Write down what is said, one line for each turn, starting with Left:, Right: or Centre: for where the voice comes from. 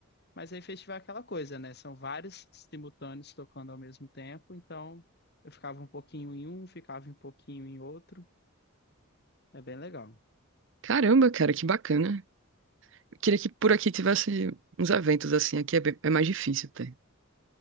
Left: Mas aí festival é aquela coisa, né? São vários simultâneos tocando ao mesmo tempo, então eu ficava um pouquinho em um, ficava um pouquinho em outro. É bem legal.
Right: Caramba, cara, que bacana. Queria que por aqui tivesse uns eventos assim. Aqui é, bem- é mais difícil ter.